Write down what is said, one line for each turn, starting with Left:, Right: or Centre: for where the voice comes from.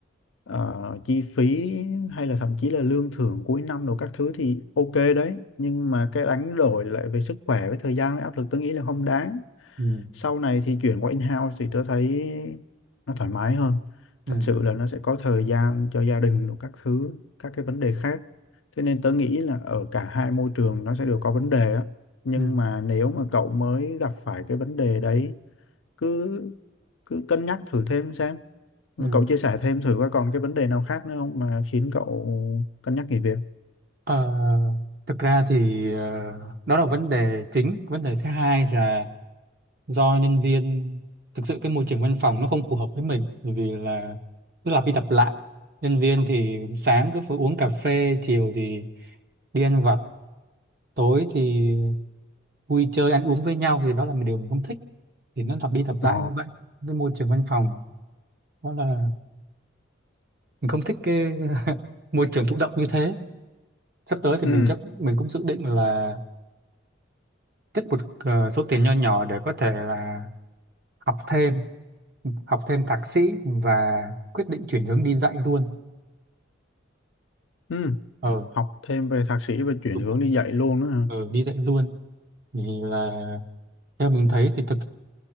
Left: ờ, chi phí hay là thậm chí là lương thưởng cuối năm đồ các thứ thì ok đấy nhưng mà cái đánh đổi lại về sức khỏe với thời gian với áp lực tôi nghĩ là không đáng
Right: Ừ.
Left: sau này thì chuyển qua in-house thì tôi thấy nó thoải mái hơn
Right: Ừ.
Left: thật sự là nó sẽ có thời gian cho gia đình đồ các thứ các cái vấn đề khác thế nên tôi nghĩ là ở cả hai môi trường nó sẽ đều có vấn đề á nhưng
Right: Ừ.
Left: mà nếu mà cậu mới gặp phải cái vấn đề đấy cứ cứ cân nhắc thử thêm xem
Right: Ừ.
Left: Cậu chia sẻ thêm thử coi còn cái vấn đề nào khác nữa không mà khiến cậu cân nhắc nghỉ việc?
Right: Ờ, thực ra thì ờ, đó là vấn đề chính vấn đề thứ hai là do nhân viên thực sự cái môi trường văn phòng nó không phù hợp với mình bởi vì là cứ lặp đi lặp lại nhân viên thì sáng cứ phải uống cà phê chiều thì đi ăn vặt tối thì vui chơi ăn uống với nhau thì đó là một điều mình không thích thì nó lặp đi lặp
Left: Ờ,
Right: lại như vậy cái môi trường văn phòng đó là mình không thích cái <laughs> môi trường thụ động như thế sắp tới thì
Left: ừ,
Right: mình chắc mình cũng dự định là tích một ờ, số tiền nho nhỏ để có thể là học thêm học thêm thạc sĩ và quyết định chuyển hướng đi dạy luôn
Left: ừ,
Right: ờ
Left: học thêm về thạc sĩ và chuyển
Right: đúng
Left: hướng
Right: rồi
Left: đi dạy luôn đó hả?
Right: ờ đi dạy luôn thì là theo mình thấy thì thực